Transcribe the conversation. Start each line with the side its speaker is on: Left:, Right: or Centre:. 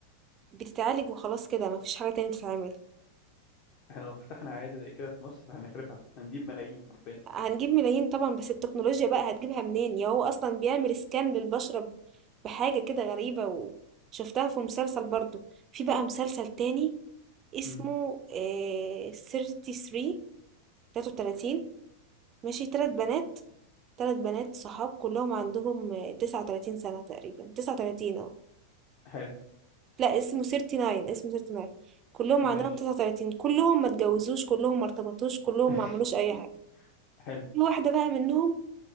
Right: بتتعالج وخلاص كده مفيش حاجة تانية تتعمل
Left: احنا لو فتحنا عياده زي كده في مصر هنخربها هنجيب ملايين حرفيا
Right: هنجيب ملايين طبعا بس التكنولوجيا بقى هتجيبها منين يا هو اصلا بيعمل سكان للبشرة ب- بحاجة كده غريبة وشفتها في مسلسل برضو في بقى مسلسل تاني اسمه
Left: امم
Right: آه 33 33 ماشي تلات بنات تلات بنات صحاب كلهم عندهم آه، 39 سنة تقريبا 39 اه
Left: حلو
Right: لا اسمه 39 اسمه 39 كلهم
Left: ماشي
Right: عندهم 39 كلهم ما اتجوزوش كلهم ما ارتبطوش كلهم
Left: <laughs>
Right: ما عملوش اي حاجة
Left: حلو
Right: في واحدة بقى منهم